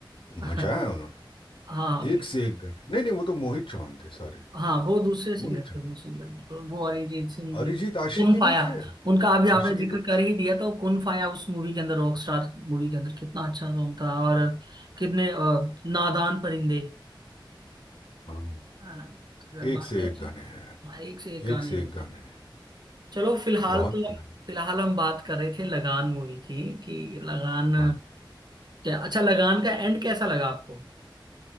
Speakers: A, on the right; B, on the left.
A: <laughs>
B: मचाया है उन्होंने
A: हाँ
B: एक से एक गाने नहीं नहीं वो तो मोहित चौहान थे सॉरी
A: हाँ वो दूसरे सिंगर
B: मोहित चौहान
A: थे वो सिंगर वो वो अरिजीत सिंह नहीं
B: अरिजीत आशिकी
A: कुन फाया
B: में थे
A: उनका अभी आपने
B: आशिकी
A: जिक्र
B: टू
A: कर ही दिया तो कुन फाया उस मूवी के अंदर रॉक स्टार मूवी के अंदर कितना अच्छा सॉन्ग था और कितने अ, नादान परिंदे
B: हाँ
A: है ना अगर
B: एक
A: बाकी
B: से
A: अच्छे
B: एक गाने हैं
A: हाँ एक से एक गाने
B: एक से
A: हैं
B: एक
A: उनके
B: गाने हैं
A: चलो फिलहाल
B: बहुत
A: तो
B: मजा आया।
A: फिलहाल हम बात कर रहे थे लगान मूवी की कि लगान
B: हाँ
A: क्या अच्छा लगान का एंड कैसा लगा आपको